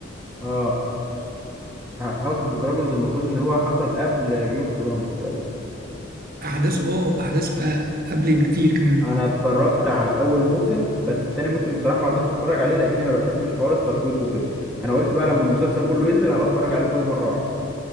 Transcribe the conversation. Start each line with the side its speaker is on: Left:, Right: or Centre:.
Centre: اه هاوس اوف ذا دراجونز المفروض ان هو حصل قبل جيم اوف ثرونز
Right: احداثه اه احداثه آه، قبل بكتير كمان
Centre: انا اتفرجت على اول موسم بس تاني موسم بصراحه ما رضيتش اتفرج عليه لان ما بحبش حوار التشويق وكده انا قلت بقى لما المسلسل كله ينزل هبقى اتفرج عليه كله مره واحده